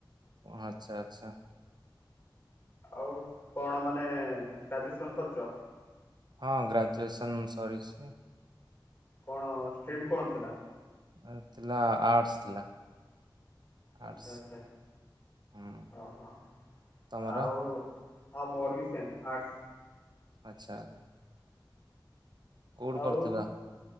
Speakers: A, on the right (about 60°); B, on the left (about 30°).
A: ଆଚ୍ଛା ଆଛା।
B: ଆଉ କଣ ମାନେ ଗ୍ରାଜୁଏସନ୍ କରୁଚ?
A: ହଁ ଗ୍ରାଜୁଏସନ୍ ସରିଚି।
B: କଣ ଷ୍ଟ୍ରିମ୍ କଣ ଥିଲା?
A: <unintelligible> ଥିଲା ଆର୍ଟସ୍ ଥିଲା।
B: ଆଚ୍ଛା
A: ଆର୍ଟସ୍
B: ଆଚ୍ଛା
A: ହୁଁ
B: ଓ ହୋ
A: ତମର?
B: ଆଉ ହଁ ମୋର ବିି ସେମ୍ ଆର୍ଟସ୍।
A: ଆଚ୍ଛା। କୋଉଠୁ
B: ଆଉ
A: କରୁଥିଲ?